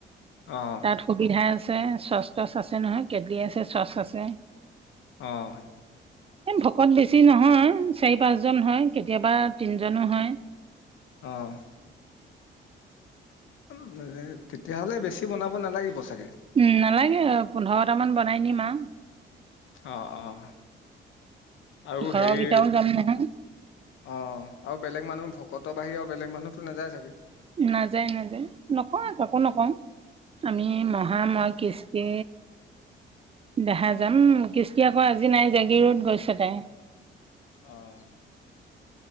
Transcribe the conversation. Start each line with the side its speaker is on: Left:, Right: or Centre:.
Left: অ'।
Right: তাত সুবিধা আছে, ছচ-তচ আছে নহয়। কেটলি আছে, ছচ আছে।
Left: অ'।
Right: এই ভকত বেছি নহয়, চাৰি-পাঁচজন হয়। কেতিয়াবা তিনিজনো হয়।
Left: অ'। উম- তেতিয়াহ'লে বেছি বনাব নালাগিব চাগে।
Right: উম নালাগে। পোন্ধৰটামান বনাই নিম আও।
Left: অ' - অ'। আৰু
Right: ঘৰৰ
Left: হেৰি
Right: কেইটাও যাম নহয়
Left: অ'। আৰু বেলেগ মানুহ- ভকত বাহিৰে আৰু বেলেগ মানুহতো নাযায় চাগে।
Right: নাযায় - নাযায়। নকওঁএ, কাকো নকওঁ। আমি, মহা, ম‌ই, কৃষ্টি দেহা যাম। কৃষ্টি আকৌ আজি নাই, জাগীৰোড গৈছে তাই।
Left: অ'।